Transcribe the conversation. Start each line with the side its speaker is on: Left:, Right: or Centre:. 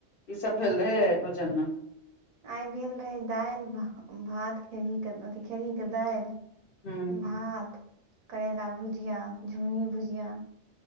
Left: की सब भेल रहे है भोजन मे
Right: आइ भेल रहै दालि भ भात खेरहीके अथि खेरहीके दालि
Left: हूँ
Right: भात करैला भुजिया झुगनी भुजिया